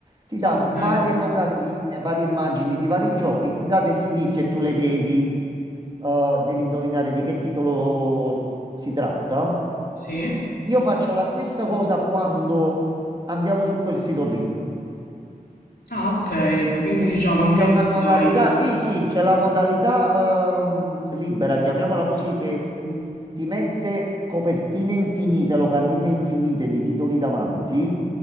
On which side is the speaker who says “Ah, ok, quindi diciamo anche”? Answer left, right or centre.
Left